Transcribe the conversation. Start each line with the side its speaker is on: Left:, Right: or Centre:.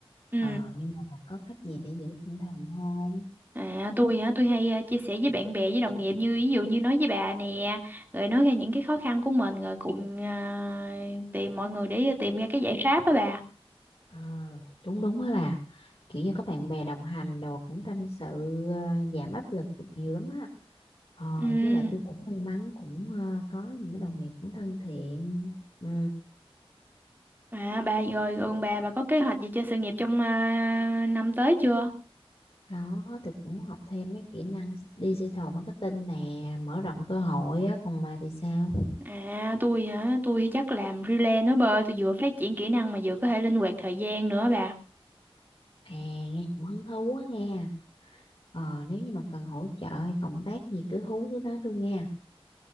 Right: ừ
Left: Ờ nhưng mà bà có cách gì để giữ tinh thần không?
Right: à tôi hả tôi hay ờ, chia sẻ với bạn bè với đồng nghiệp như ví dụ như nói với bà nè rồi nói ra những cái khó khăn của mình rồi cùng ờ, tìm mọi người để tìm ra cái giải pháp á bà
Left: Ờ, đúng đúng á bà kiểu như có bạn bè đồng hành đồ cũng tâm sự ờ, giảm áp lực được nhiều lắm á ờ
Right: ừ
Left: với lại tôi cũng may mắn cũng ờ, có những cái đồng nghiệp cũng thân thiện ừ,
Right: À bà rồi còn bà bà có kế hoạch gì cho sự nghiệp trong à, năm tới chưa?
Left: đó tôi cũng học thêm mấy kỹ năng digital marketing nè mở rộng cơ hội á còn bà thì sao
Right: À tôi hả? Tôi thì chắc làm freelance nữa bơi. Tôi vừa phát triển kỹ năng mà vừa có thể linh hoạt thời gian nữa bà.
Left: à nghe cũng hứng thú quá nghe ờ nếu như mà cần hỗ trợ hay cộng tác gì cứ hú cứ nói tôi nghe